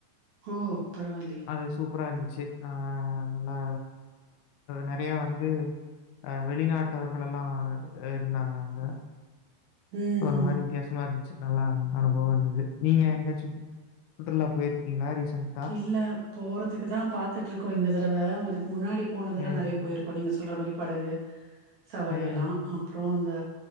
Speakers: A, on the right (about 60°); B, on the left (about 80°).
A: ஓ பரவாலியே
B: அது சூப்பரா இருந்துச்சு ஆ நல்லா நறையா வந்து வெளி நாட்டவர்கள் எல்லா இருந்தாங்க அங்க
A: ம்
B: ஒரு
A: ம்
B: மாரி வித்யாசமா இருந் துச்சு நல்லா அனுபவோ இருந்துது நீங்க எங்க்யாச்சு சுற்றுலா போய்ர்க்கீங்களா ரீசன்ட்
A: இல்ல போறதுக்கு தா பாத்துட்டு இருக்கோ இந்த தடவ அதுக்கு முன்னாடி போனதெல்லா
B: ம்.
A: நறையா போய்ர் இப்போ நீங்க சொல்ற மாரி படகு சவாரி
B: ம்.
A: எல்லா அப்றோ இந்த